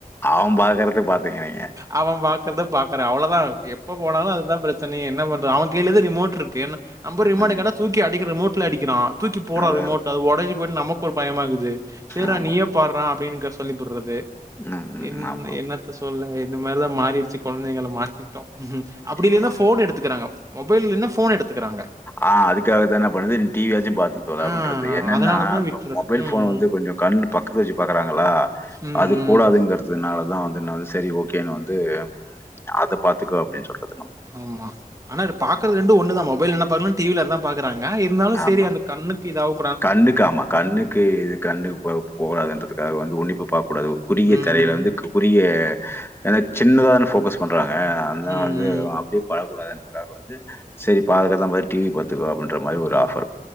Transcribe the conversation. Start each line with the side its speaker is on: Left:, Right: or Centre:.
Left: அவன் பார்க்கறத பார்த்தீங்க நீங்க.
Right: அவ பாக்குறத பாக்குறே அவ்ளோதா எப் எப்ப போனாலு அதுதா பிரச்சனையே என்ன பண்ற அவ கைல ரிமோட்ருக்கு என்ன நம்ப ரிமோட்டு
Left: அ
Right: கேட்டா தூக்கி அடிக்கிற ரிமோட் வுத்துல அடிக்கிறா தூக்கி போற
Left: அதேதான்.
Right: ரிமோட்ட அது ஒடஞ்சு போயிடு நமக்கு ஒரு பயமாருக்குது சரிடா
Left: ஆமா.
Right: நீயே பார்ரா அப்டிங்ற சொல்லி புட்றது
Left: ம், ம்.
Right: என்னன்ன
Left: ஆமா,
Right: என்னத்த சொல்ல இந்த மாரிதா மாறிடுச்சு கொழந்தைங்கள மாத்திட்டோ அப்டி இல்லைனா
Left: ஆமா.
Right: போன் எடுத்துக்கிறாங்க மொபைல் இல்லைனா போன் எடுத்துக்கிறாங்க
Left: ஆஹ் அதுக்காகத்தா என்ன பண்றது டிவியாச்சு பாத்து தொல
Right: ஆ
Left: அப்டின்றது என்னன்னா
Right: அதனால தான் விட்டுறது.
Left: மொபைல்
Right: ம்,
Left: போன் வந்து
Right: ம்.
Left: கொஞ்சோ கண்பக்கத்துல வச்சு பாக்குறாங்களா
Right: ம்,
Left: அது கூடாதுங்கிறதுனால
Right: ம்.
Left: தா வந்து நா வந்து சரி ஓகேன்னு வந்து அத பாத்துக்கோ அப்டின்னு சொல்றது நம்ம.
Right: ஆமா ஆனா அது பாக்குறது ரெண்டு ஒன்ன தா மொபைல் என்ன பாக்கல டிவி அதா பாக்றாங்க நா இருந்தாலு
Left: ஆமா.
Right: சேரி அந்த கண்ணுக்கு ஏதாவ்
Left: கண்ணுக்கு ஆமா கண்ணுக்கு இது கண்ணு போகதுன்றதுக்காக வந்து உன்னிப்பு பாக்கூடாது குறிகிய
Right: ம்.
Left: இதுல வந்து குறுகிய ஏன சின்னத போக்கஸ் பண்றாங்க அதுதா
Right: ம். ம்.
Left: வந்து அப்படியே பல கூடாத என்றதுக்காக வந்து செரி பாக்குறது தா பாக்குற டிவி பாத்துக்க அப்டின்ற மாரி ஒரு ஆஃபர்